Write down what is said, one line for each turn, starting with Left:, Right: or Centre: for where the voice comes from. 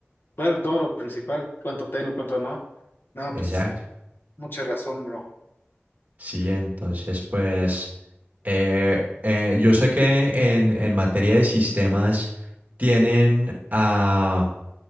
Left: ver todo lo principal, cuánto tengo, cuánto no. No,
Right: Exacto.
Left: pues mucha razón, bro.
Right: Sí, entonces, pues, eh, eh, yo sé que en, en materia de sistemas tienen a